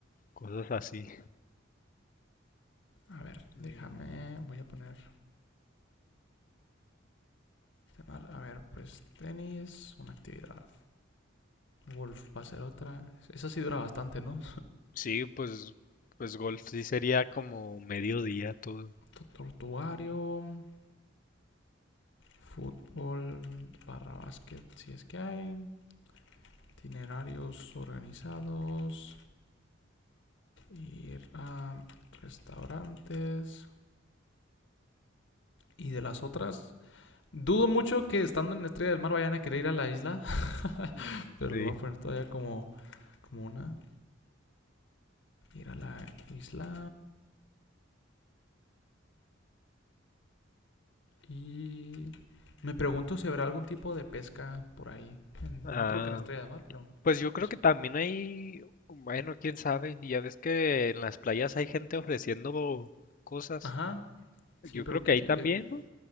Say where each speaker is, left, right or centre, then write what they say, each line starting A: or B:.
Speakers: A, on the left; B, on the left.
A: cosas así.
B: A ver,
A: Mm,
B: déjame, voy a poner, a ver, pues tenis, una actividad. Golf va a ser otra. Esa sí dura bastante, ¿no?
A: sí, pues, pues golf sí sería como mediodía todo.
B: Tu- Tortuario, fútbol, barra básquet, si es que hay. Itinerarios organizados, ir a restaurantes. Y de las otras, Dudo mucho que estando en Estrella del Mar vayan a querer ir a la isla,
A: mm,
B: <laughs> pero
A: sí.
B: lo voy a poner todavía como, como una. Ir a la isla y... Me pregunto si habrá algún tipo de pesca por ahí. En-
A: Ah,
B: no creo que en Estrella de Mar, pero...
A: pues yo creo
B: no sé.
A: que también hay, bueno, quién sabe, ya ves que en las playas hay gente ofreciendo cosas.
B: Ajá,
A: Yo
B: sí, pero
A: creo que
B: ¿quién-
A: ahí también,
B: eh,
A: ¿no?